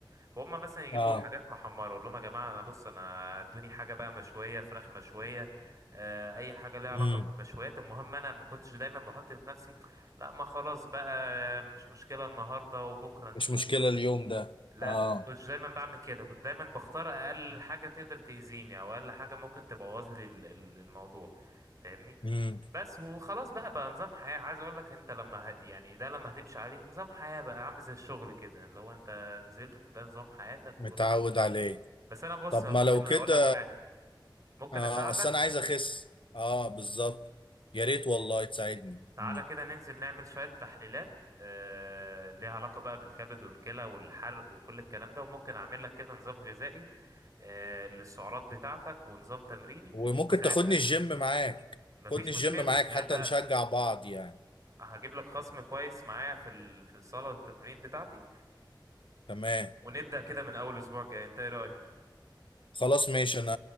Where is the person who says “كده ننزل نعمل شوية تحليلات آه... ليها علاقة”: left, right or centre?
Right